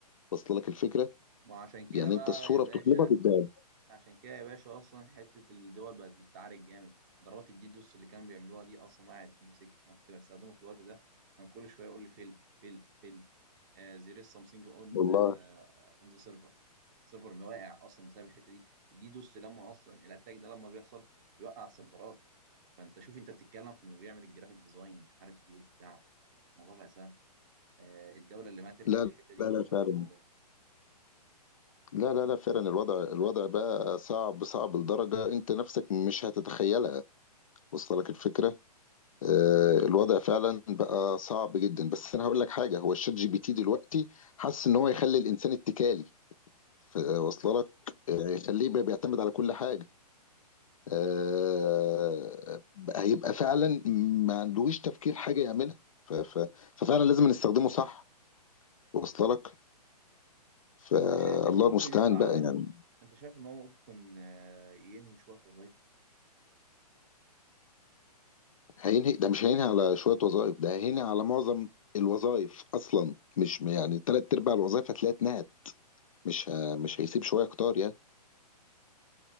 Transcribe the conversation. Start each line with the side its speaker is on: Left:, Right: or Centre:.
Left: واصلة لك الفكرة
Right: ما عشان كده
Left: يعني
Right: بقى
Left: انت الصورة
Right: يا باشا
Left: بتطلبها بيديها لك
Right: عشان كده يا باشا اصلا حته الدول بقت بتتعارك جامد ضربات الديدوس اللي كانوا بيعملوها دي اصلا وقعت دي في سكه انا كنت بستخدمه في الوقت ده كان كل شويه يقول لي فيلد فيلد فيلد زير سامثينج اون
Left: والله
Right: اون ذا سيرفر السيرفر ما واقع اصلا بسبب الحته دي الديدوس لما اصلا الاتاك ده لما بيحصل بيوقع السيرفرات فانت شوف انت بتتكلم في انه بيعمل الجرافيك ديزاين ومش عارف ايه وبتاع الموضوع بقى سهل آه، الدوله اللي ما تركب
Left: لا
Right: الحته دي
Left: لا لا
Right: هتموت
Left: فعلا لا لا لا فعلا الوضع الوضع بقى صعب صعب لدرجة انت نفسك مش هتتخيلها وصل لك الفكرة آه، الوضع فعلا بقى صعب جدا بس انا هقول لك حاجة هو الشات جي بي تي دلوقتي حاسس ان هو يخلي الانسان اتكالي ف- وصل لك آه، يخليه بقى بيعتمد على كل حاجة آه، بقى هيبقى فعلا ما عندوش تفكير حاجة يعملها ف- ف- ففعلا لازم نستخدمه صح وصل لك فالله
Right: انت شايف انه ممكن
Left: المستعان
Right: يقضي على
Left: بقى يعني.
Right: انت شايف ان هو ممكن آه، ينهي شويه وظائف
Left: هينهي ده مش هينهي على شوية وظائف ده هينهي على معظم الوظائف أصلا مش يعني تلات أرباع الوظائف هتلاقيها اتنهت مش ه... مش هيسيب شوية كتار يعني